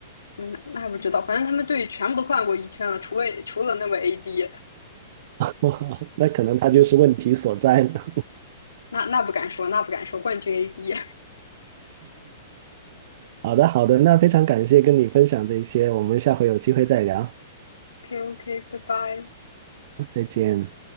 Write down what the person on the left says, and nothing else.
那那不知道，反正他们队全部都换过一圈了，除了除了那位 AD，
那那不敢说，那不敢说，冠军 AD。
<laughs> k OK，拜拜。